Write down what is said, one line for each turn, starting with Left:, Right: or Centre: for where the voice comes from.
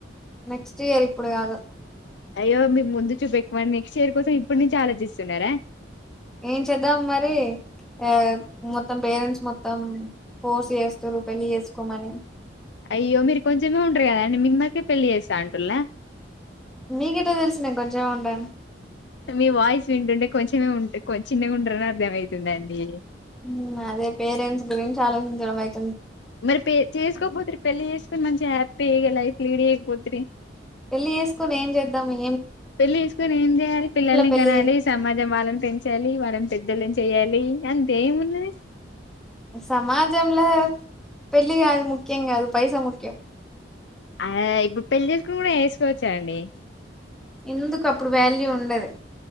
Centre: నెక్స్ట్ ఇయర్ ఇప్పుడు కాదు
Left: అయ్యో మీకు ముందు చూపూ ఎక్కువ అండి నెక్స్ట్ ఇయర్ కోసం ఇప్పడు నుంచి ఆలోచిస్తున్నార
Centre: ఏం చేద్దాం మరి ఆ మొత్తం పేరెంట్స్ మొత్తం ఫోర్స్ చేస్తుర్రూ పెళ్లి చేసుకోమని
Left: అయ్యో మీరు కొంచెమే ఉంటరు కదా అండి మిమ్మకే పెళ్లి చేస్తా అంటుల్లా
Centre: మీ కెట్ట తెలుసు నేన్ కొంచమే ఉంటా ఆన్
Left: మీ వాయిస్ వింటుంటే కొంచెమే ఉంట చిన్నగ ఉంటారని అర్థం ఐతుందండి
Centre: హమ్ అదే పేరెంట్స్ గురించి ఆలోచించడం అయితే
Left: మరి పే చేసుకోకపోతే పెళ్లి చేసుకొని మంచిగ హ్యాపీ అయ్ లైఫ్ లీడ్ చేయకపోత్రి
Centre: పెళ్లి చేసుకొని ఏం చేద్దాం మీ
Left: పెళ్లి తీసుకొని ఏం చేయాలి పిల్లల్ని
Centre: పెళ్లి
Left: కనాలి సమాజం వాళ్ళని పెంచాలి వాళ్ళని పెద్ధోలం చెయ్యాలి అంతే ఏమున్నది
Centre: సమాజంలో పెళ్లి కాదు ముక్ కేం గాదు పైస ముఖ్యం
Left: ఆ ఇప్పుడు పెళ్ళిసుని కూడా వేసుకోవచ్చాండి
Centre: ఎందుకు అప్పుడు వాల్యూ ఉండదు